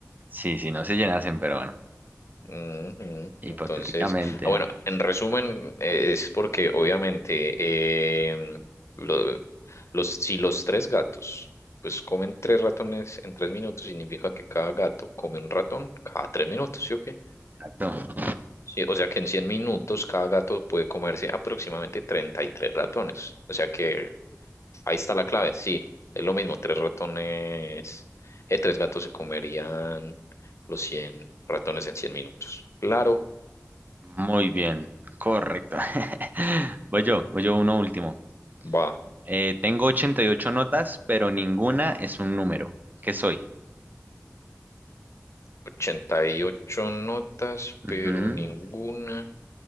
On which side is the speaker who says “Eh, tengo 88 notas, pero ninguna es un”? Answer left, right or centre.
Right